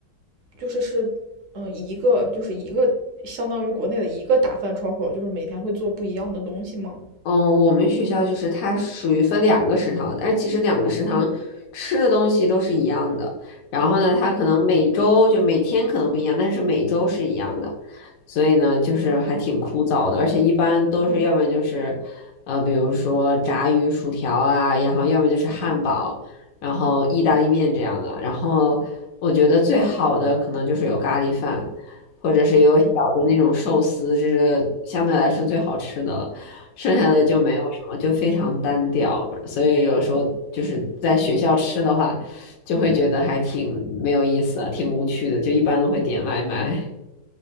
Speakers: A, on the right; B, on the left.
A: 就是是，呃，一个就是一个相当于国内的一个打饭窗口，就是每天会做不一样的东西吗？
B: 嗯，我们学校就是它属于分两个食堂，但是其实两个食堂吃的东西都是一样的。然后呢，它可能每周就每天可能不一样，但是每周是一样的。所以呢，就是还挺枯燥的，而且一般都是要不然就是，呃，比如说炸鱼薯条啊，然后要么就是汉堡，然后意大利面这样的。然后我觉得最好的可能就是有咖喱饭，或者是有小的那种寿司，这是相对来说最好吃的了。剩下的就没有什么，就非常单调，所以有时候就是在学校吃的话，就会觉得还挺没有意思啊，挺无趣的，就一般都会点外卖。